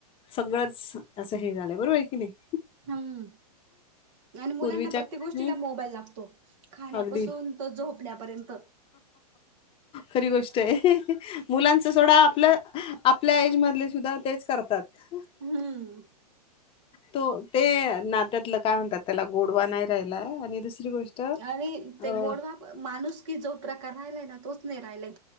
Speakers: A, on the left (about 25°); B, on the right (about 50°).
A: सगळंच असं हे झालंय बरोबर आहे की नाही
B: हम्म आणि मुलांना
A: पूर्वीच्या
B: प्रत्येक गोष्टीला
A: हम्म,
B: मोबाईल लागतो खाण्यापासून
A: अगदी
B: तो झोपण्यापर्यंत
A: खरी गोष्ट आहे.. मुलांच सोडा आपलं आपल्या एज मधले सुद्धा तेच करतात
B: हम्म.
A: तो ते नात्यातलं काय म्हणतात त्याला गोडवा नाही राहिलाय आणि दुसरी गोष्ट अ
B: आणि ते गोडवा माणूस की जो प्रकार राहिलाय ना तोच नाही राहिलाय.